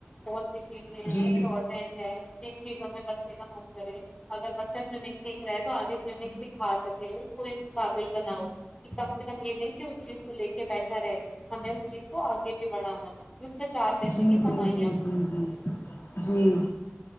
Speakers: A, on the left (about 20°); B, on the left (about 65°).
A: بہت سز ہیں
B: جی
A: شارٹیج ہے <unintelligible> جن چیزوں میں بچے کا منتر ہے اگر ب اچ سنگ سیکھ رہا ہے تو آگے سمنگ سکھا سکے اس کو اس قابل بناؤ کہ کم سے کم یہ نہیں کہ اس چیز کو لے کے بیٹھا رہے ہمیں اس چیز کو آگے بھی بڑھانا ہے پھر سے چار
B: جی
A: پیسے کی
B: جی جی
A: کمائیاں
B: جی
A: ہیں
B: جی جی